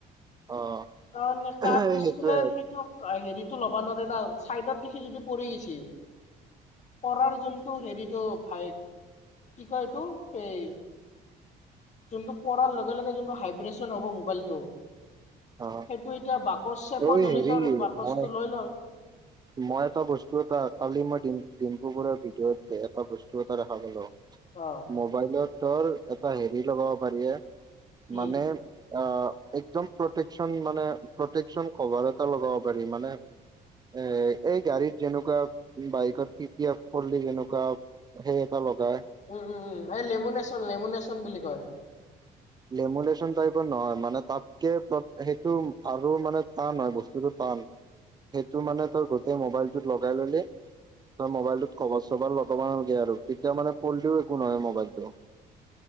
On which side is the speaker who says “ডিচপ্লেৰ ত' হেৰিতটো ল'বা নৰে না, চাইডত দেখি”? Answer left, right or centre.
Left